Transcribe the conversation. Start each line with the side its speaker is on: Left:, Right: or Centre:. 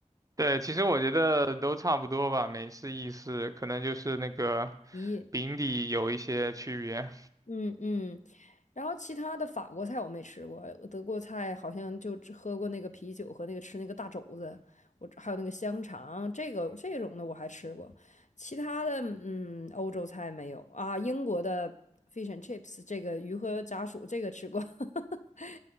Right: 对，其实我觉得都差不多吧，美式、意式，可能就是那个
Left: 咦，
Right: 饼底有一些区别。
Left: 嗯嗯，然后其他的法国菜我没吃过，德国菜好像就只喝过那个啤酒和那个吃那个大肘子，我还有那个香肠，这个这种的我还吃过，其他的嗯欧洲菜没有啊，英国的 fish and chips 这个鱼和炸薯这个吃过，<laughs>